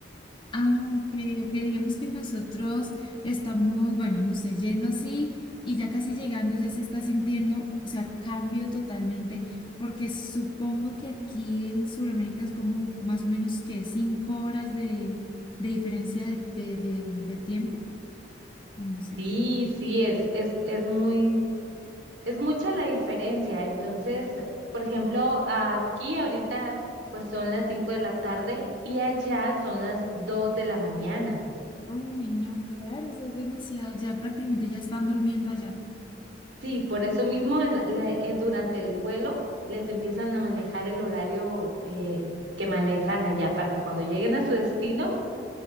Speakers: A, on the left; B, on the right.
A: Ah, ok, ok. Digamos que nosotros estamos, bueno, no sé, yendo así y ya casi llegando ya se está sintiendo, o sea, cambio totalmente, porque supongo que aquí en Sudamérica es como más o menos que cinco horas de, de diferencia de, de, de, de tiempo. Bueno, no sé
B: Sí,
A: cómo.
B: sí, es, es, es muy, es mucha la diferencia. Entonces, por ejemplo, aquí ahorita pues son las 5 de la tarde y allá son las 2 de la mañana.
A: Uy, no, claro, o sea, es demasiado. Ya prácticamente ya están durmiendo allá.
B: Sí, por eso mismo en la- la- eh, durante el vuelo les empiezan a manejar el horario eh, que manejan allá para que cuando lleguen a su destino,